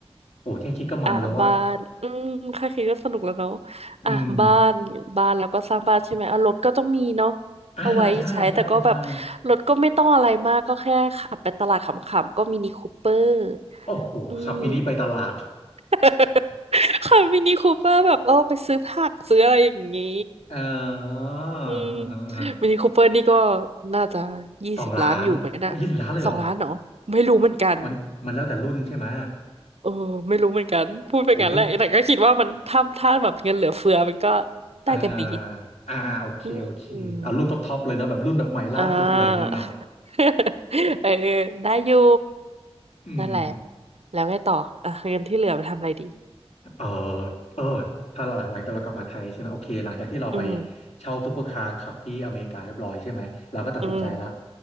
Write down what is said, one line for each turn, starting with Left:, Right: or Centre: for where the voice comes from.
Left: โอ้แค่คิดก็มันแล้วอะ
Right: อ่ะบ้านอืมแค่คิดก็สนุกแล้วเนาะ
Left: อืม
Right: อ่ะบ้านบ้านแล้วก็สร้างบ้านใช่ไหมอ่ะรถก็ต้องมีเนาะ
Left: อ่าใช่ใช่ใช่
Right: เอาไว้ใช้แต่ก็แบบรถก็ไม่ต้องอะไรมากก็แค่ขับไปตลาดขำๆก็มินิคูเปอร์
Left: โอ้โหขับมินิไปตลาด
Right: อืม <laughs> ค่ะมินิคูเปอร์แบบเออไปซื้อผักซื้ออะไรอย่างนี้
Left: เอออ่าฮะอ่าฮะ
Right: อืมมินิคูเปอร์นี่ก็น่าจะยี่สิบล้านอยู่ไหมนะ
Left: สองล้านเอายี่สิบล้านเลยเหรอ
Right: สองล้านเหรอไม่รู้เหมือนกัน
Left: มันมันแล้วแต่รุ่นใช่ไหม
Right: เออไม่รู้เหมือนกันพูดไปงั้นแหละแต่ก็คิดว่ามันถ้าถ้าแบบเงินเหลือเฟือมันก็
Left: โอ้ถ้า อ่า
Right: ได้กันดี
Left: อ่าโอเคโอเคอ่ารุ่นท็อปท็อปเลยเนาะแบบรุ่นแบบใหม่ล่าสุดเลยอย่างเงี้ยเนาะ
Right: อืมอ่า <laughs> เออได้อยู่
Left: อืม
Right: นั่นแหละแล้วไงต่ออ่ะเงินที่เหลือไปทำอะไรดี
Left: เออเออถ้าหลังหลังจากเรากลับมาไทยใช่ไหมโอเคหลังจากที่เราไป
Right: อืม
Left: เช่าซูเปอร์คาร์ขับที่อเมริกาเรียบร้อยใช่ไหมเราก็ตัดสินใจแล้ว
Right: อืม